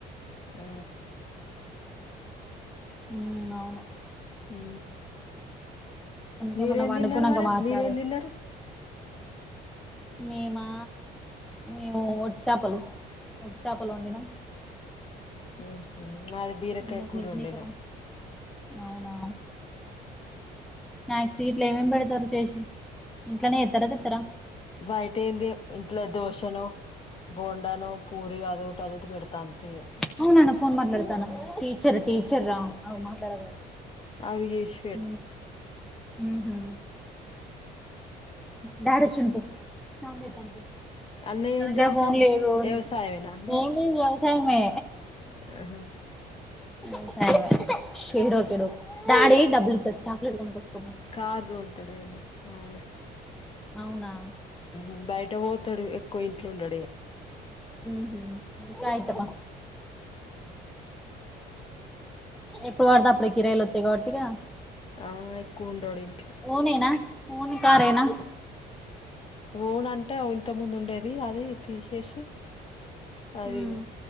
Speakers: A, on the left; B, in the centre.
A: ఉ
B: ఉ అవును
A: ఉ
B: అందుకే
A: మీరేం
B: మొన్న పండుకున్నాక
A: తిన్నారు మరి
B: మాట్లాడే
A: మీరేం తిన్నారు
B: నేమా మేము ఒట్టి చేపలు ఒట్టి చేపలు వండినాం
A: ఉహు మాది బీరకాయ్
B: ఆయనకు
A: కూరు
B: మిల్
A: వండిన
B: మేకర్ అవునా స్న సీట్లు ఏమేమి పెడతారు చేసి ఇంట్లోనే చేత్తార తెతరా
A: బయట ఏంది ఇంట్లో దోషనో బోండానో పూరి అదోటి అదోటి పెడతా అంతే ఇగ
B: అవునన్న ఫోన్ మాట్లాడుతాన టీీచర్ టీచర్ రా అవు మాట్లాగద
A: అవి చుస్
B: ఉ ఉహు డాడీ వచ్చిండు పో స్నానం చేత్తాండు పో
A: అన్నయ్య
B: నా
A: ఏం
B: దగ్గర
A: జాబ్
B: ఫోన్
A: చేత్తే
B: లేదు
A: వ్యవసాయమేనా అన్నయ్య
B: ఏం లేదు వ్యస్ టైం మే
A: ఆహా
B: ఉ టైం మే శిర్ ఒకేడు డాడీ డబ్బులు ఇతాడు చాక్లేట్ కోనుకోచుకో పో
A: కార్ దోల్తాడు ఈయన మా ఆయన
B: అవునా
A: ఉ బయట పోతాడు ఎక్కువ ఇంట్లో ఉండడు ఇగ
B: ఉహు కాయ్ ఇత్తాపా
A: ఉమ్
B: ఎప్పుడు వడుతే అప్పుడే కిరాయిలు వతాయి కాబట్టిగా ఇగ
A: ఆ ఎక్కు ఉండడు ఇంట్లో
B: ఓన్ నేనా ఓన్ కారేనా
A: ఓన్ అంటే ఓ ఇంత ముందు ఉండేది అది తీసేసి అది
B: హ్మ్